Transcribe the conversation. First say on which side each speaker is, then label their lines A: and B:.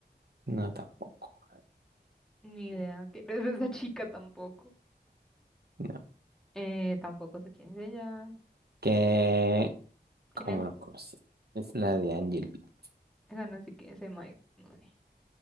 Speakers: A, on the right; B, in the centre.
A: No, tampoco.
B: Ni idea quién es esa chica tampoco.
A: No.
B: Eh, tampoco sé quién es ella.
A: ¿Qué?
B: ¿Quién
A: ¿Cómo
B: es?
A: lo conoces? Es la de Angel Beats.
B: Esa no sé quién es. Ese Mike, no sé.